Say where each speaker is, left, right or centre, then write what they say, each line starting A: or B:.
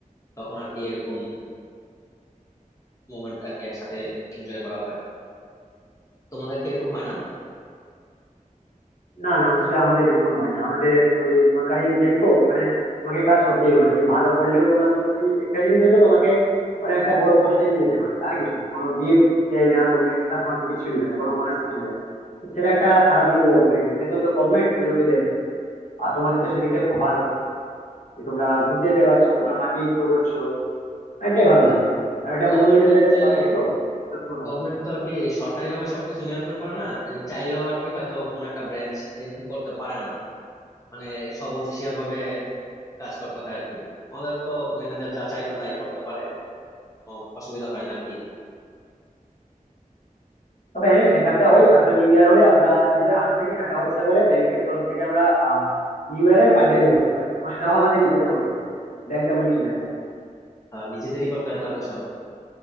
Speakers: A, on the left (about 25°); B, on the left (about 65°).
A: তখন আর কি এরকম মোমেন্ট আর কি একসাথে এনজয় করা হয় তোমাদের কি এরকম হয় না
B: না না আসলে আমাদের এমন হয় না আমাদের ওই সরকারি ব্যাংক তো ওখানে তোমাকে কাজ করতেই হবে তুমি ভালো করলেও তোমার কোনো সেই একটা জিনিস হয়তো তোমাকে ওরা একটা বড় পোস্টে নিয়ে যেতে পারবে আর কিছু না কোনো গিফট দেয় না কোনো এক্সট্রা তোমাকে কিছু দিবে না কোনো বোনাস কিছু দেয় না সেটা একটা খারাপ দিকও বলতে পারি আমি। যেহেতু তো গভর্নমেন্ট সেজন্য তো দেয় না আর তোমাদের তো সেদিকটা খুব ভালো যে তোমরা ঘুরতে যেতে পারছো তোমরা পার্টি থ্রো করছো এটাই ভালো
A: হ্যাঁ
B: ধরো আর একটা
A: গভর্নমেন্ট
B: মন মেজাজের
A: হচ্ছে
B: একটা ব্যাপার থাকে তো তো তোমার ভালো
A: গভর্নমেন্ট তো আর কি সরকারি ভাবে সবকিছু নিয়ন্ত্রণ করে না এই চাইলেও আর কি হয়তো কোনো একটা ব্রাঞ্চ এরকম করতে পারে না মানে সব অফিসিয়াল ভাবে কাজ করতে হয় আর কি আমাদের তো ম্যানেজার যা চাইলো তাই করতে পারে কোনো অসুবিধা হয় না আর কি
B: তবে হ্যাঁ একটা হয় আসলে নিউ ইয়ার হলে আমরা নিজেদের হাত থেকে টাকা খরচা করে ব্যাংকের তরফ থেকে আমরা আহ নিউ ইয়ারে পার্টি টাটি করতে পারি তো সেটাও আমাদের নিজেদের খরচ থাকে ব্যাংক তেমন কিছু দেয় না
A: আহ, নিজেদেরই করতে হয় তাহলে সব